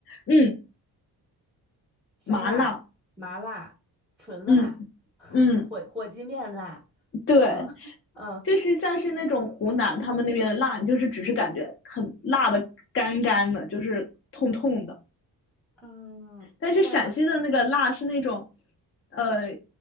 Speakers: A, on the left; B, in the centre.
A: 嗯，
B: 香辣、
A: 麻辣，
B: 麻辣、纯辣、
A: 嗯
B: <laughs>
A: 嗯，
B: 火火鸡面辣，
A: 对，
B: 嗯嗯
A: 就是像是那种湖南他们那边的辣，你就是只是感觉很辣的干干的，就是痛痛的。
B: 嗯，
A: 但是陕西的那个辣是那种，
B: 那
A: 呃，